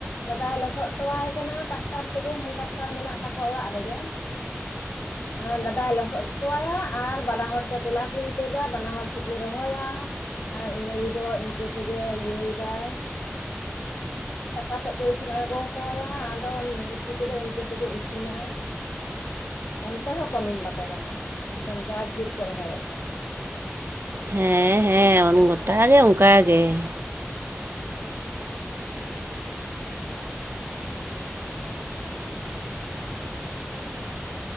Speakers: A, on the left (about 60°); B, on the right (about 55°).
A: ᱫᱟᱫᱟᱭ ᱞᱚᱥᱚᱫ ᱦᱚᱴᱚᱣᱟᱭ ᱠᱟᱱᱟ ᱴᱨᱟᱠᱴᱟᱨ ᱛᱮᱜᱮ ᱦᱮᱱᱰ ᱴᱨᱟᱠᱴᱟᱨ ᱢᱮᱱᱟᱜ ᱛᱟᱠᱚᱣᱟ ᱚᱲᱟᱜ ᱨᱮᱜᱮ ᱾ <unintelligible> ᱟᱨ ᱫᱟᱫᱟᱭ ᱞᱚᱥᱚᱫ ᱦᱚᱴᱚ ᱟᱭᱟ ᱟᱨ ᱵᱟᱱᱟ ᱦᱚᱲ ᱛᱮ ᱛᱚᱞᱟ ᱠᱤᱱ ᱛᱩᱫᱟ ᱵᱟᱱᱟ ᱦᱚᱲ ᱛᱮᱠᱤᱱ ᱨᱚᱦᱚᱭᱟ ᱾ ᱟᱨ ᱤᱧ ᱟᱹᱭᱩ ᱫᱚ ᱤᱱᱠᱟᱹ ᱛᱮᱜᱮ ᱤᱭᱟᱹᱭ ᱮᱫᱟᱭ ᱫᱟᱠᱟ ᱛᱮᱫ ᱠᱚ ᱤᱥᱤᱱ ᱟᱬᱜᱚ ᱦᱚᱴᱚ ᱟᱭᱟ ᱟᱫᱚ ᱩᱛᱩ ᱠᱚᱫᱚ ᱤᱱᱠᱟᱹ ᱛᱮᱜᱮ ᱤᱥᱤᱱᱟᱭ ᱾ ᱚᱱᱛᱮ ᱦᱚᱸ ᱠᱟᱹᱢᱤᱱ ᱵᱟᱠᱚ ᱧᱟᱢᱚᱜ ᱠᱟᱱᱟ ᱮᱠᱫᱚᱢ ᱡᱟᱨ ᱡᱤᱨ ᱠᱚ ᱨᱚᱦᱚᱭᱮᱫ ᱛᱟᱠᱚᱣᱟ ᱾
B: ᱦᱮᱸ ᱦᱮᱸ ᱾ ᱜᱚᱴᱟ ᱜᱮ ᱚᱱᱠᱟ ᱜᱮ ᱾